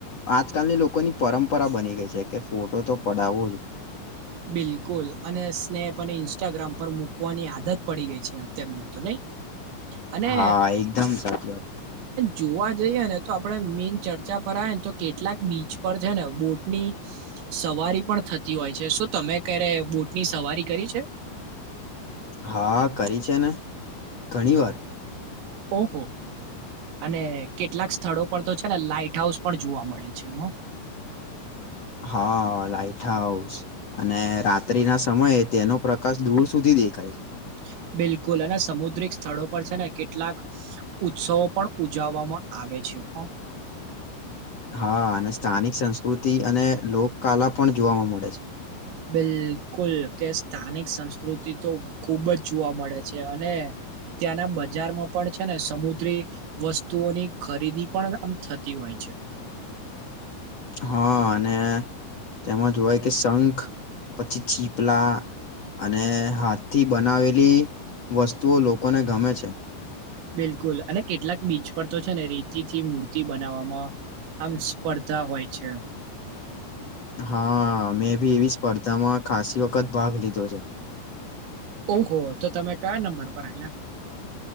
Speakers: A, on the left (about 45°); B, on the right (about 80°).
A: આજકાલની લોકોની પરંપરા બની ગઈ છે કે ફોટો તો પડાવવો જ.
B: બિલકુલ અને સ્નેપ અને ઇન્સ્ટાગ્રામ પર મૂકવાની આદત પડી ગઈ છે તેમને તો નહી <unintelligible> અને
A: હા એકદમ સાચી વાત
B: જોવા જઈએ ને તો આપણે મેન ચર ચા પર ને તો કેટલાક બીચ પર છે ને બોટ ની સવારી પણ થતી હોય છે શું તમે ક્યારે બોટની સવારી કરી છે.
A: હા કરી છે ને ઘણી વાર.
B: ઓહો. અને કેટલાક સ્થળો પર તો છે ને લાાઈટ હાઉસ પણ જોવા મળે છે હો. <unintelligible>
A: હા લાાઈટ હાઉસ અને રાત્રિ ના સમયે તેનો પ્રકાશ દૂર સુધી દેખાય છે.
B: <unintelligible> બિલકુલ અને સમુદ્રિક સ્થળો પર છે ને કેટલાક ઉત્સવો પણ ઉજવવામાં આવે છે હો.
A: હા અને સ્થાનિક સંસ્કૃતિ અને લોક કલા પણ જોવાવામાં મળે છે
B: બિલકુલ કે સ્થાનિક સંસ્કૃતિ તો ખુબ જ જોવા મળે છે અને ત્યાંના બજારમાં પણ છે ને સમુદ્રી વસ્તુઓની ખરીદી પણ આમ થતી હોય છે.
A: હા અને તેમાં જોવાય કે શંખ પછી છીપલા અને હાથથી બનાવેલી વસ્તુઓ લોકોને ગમે છે.
B: બિલકુલ અને કેટલાક બીચ પર તો છે ને રીતિથી મૂર્તિ બનાવવામાં આમ સ્પર્ધા હોય છે. <unintelligible>
A: હા મેં ભી એવી સ્પર્ધામાં ખાસી વખત ભાગ લીધો છે.
B: ઓહો તો તમે કયા નંબર પર આયલા.